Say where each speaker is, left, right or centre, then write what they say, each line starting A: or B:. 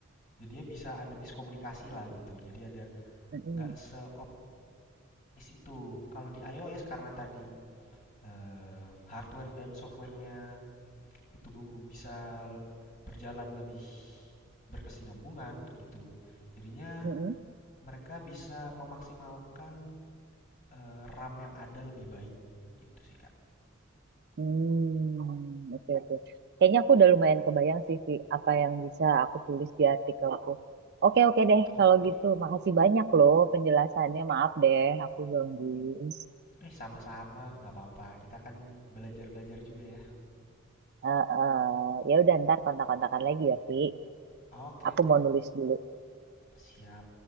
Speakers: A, on the left; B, on the right.
A: jadinya bisa ada miskomunikasi lah gitu. Jadi ada
B: Mm-mm.
A: nggak seoptimis itu. Kalau di iOS karena tadi eh, hardware dan softwarenya itu bisa berjalan lebih berkesinambungan gitu. Jadinya
B: Mm-mm.
A: mereka bisa memaksimalkan eh, RAM yang ada lebih baik gitu sih Kak.
B: Hmm, oke oke. Kayaknya aku udah lumayan kebayang sih Vi, apa yang bisa aku tulis di artikelku. Oke oke deh
A: Oke.
B: kalau gitu. Makasih banyak loh penjelasannya. Maaf deh aku gangguin.
A: Eh sama-sama, nggak apa-apa. Kita kan belajar-belajar juga ya.
B: Eh, eh, ya udah ntar kontak-kontakan lagi ya Vi.
A: Oke,
B: Aku mau nulis dulu.
A: siap.